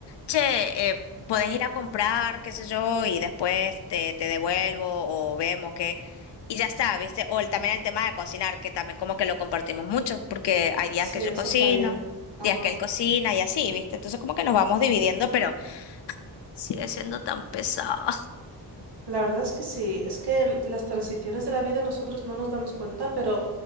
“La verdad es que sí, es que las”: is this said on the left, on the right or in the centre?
Right